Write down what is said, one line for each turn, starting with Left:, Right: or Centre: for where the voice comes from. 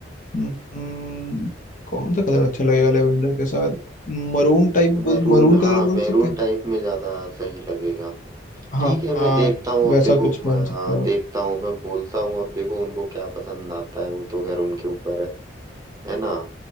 Left: हम्म, कौन सा कलर अच्छा लगेगा लेवेंडर के साथ मरून टाइप बोल
Right: मैरून
Left: मरून
Right: हाँ
Left: कलर बोल
Right: मैरून
Left: सकते हैं
Right: टाइप में ज्यादा सही लगेगा
Left: हाँ
Right: ठीक है मैं
Left: हाँ
Right: देखता हूँ
Left: वैसा
Right: अब देखो
Left: कुछ
Right: मैं,
Left: पहन सकते
Right: हाँ,
Left: हो
Right: देखता
Left: आप
Right: हूँ मैं बोलता हूँ अब देखो उनको क्या पसंद आता है वो तो खैर उनके ऊपर है है ना